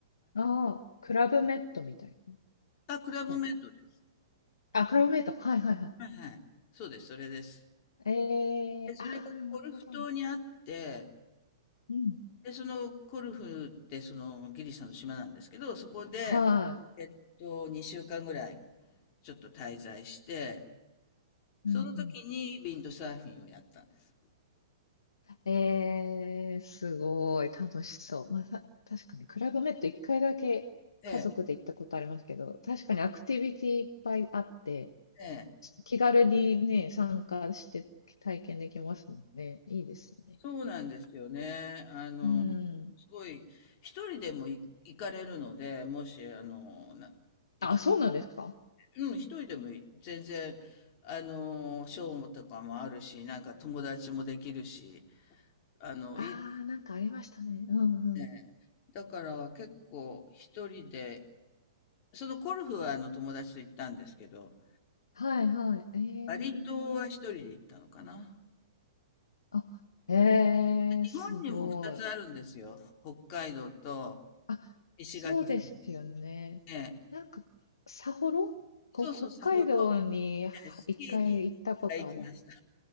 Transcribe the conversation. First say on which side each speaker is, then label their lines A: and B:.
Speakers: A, on the left (about 75°); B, on the left (about 40°).
A: ああ、クラブメットみたいな。違
B: あ、クラブメイドです。
A: うか。あ、クラブメット。はいはいはい。
B: はいはい。そうです、それです。
A: ええああ、
B: で、それがコルフ島にあって、
A: なるほど。うん。
B: で、そのコルフってそのギリシャの島なんですけど、そこで、
A: は
B: えっと、2週間ぐらいちょっと滞在して、その時にウィンドサーフィンをやったんです。
A: い。うんうん。ええすごい。楽しそう。まあ、た、確かに、クラブメット一回だけ家族で行ったことありますけど、
B: え
A: 確かにアクティビティいっぱいあって、
B: え、え
A: 気軽にね、参加して体験できますもんね。いいですね。
B: そうなんですよね。あの、
A: うん。
B: すごい、一人でもい行かれるので、もし、あの、な、行き、
A: あ、そうなんですか
B: うん、一人でもい全然、あの、ショーとかもあるし、なんか友達もできるし、あの、
A: ああー、
B: いいです
A: なんかありましたね。うんうん。
B: ね。だから結構一人で、そのゴルフはあの友達と行ったんですけど、
A: はいはい。えー、
B: バリ島は一人で行ったのかな。
A: あ、えーすごい。
B: 日本にも二つあるんですよ。北海道と
A: あ、
B: 石垣島に。
A: そうですよね。
B: ええ
A: なんか、札幌こ、
B: そうそう、
A: 北海道には一回行ったことあります。
B: さほど。ええ、スキーにいっかい行きました。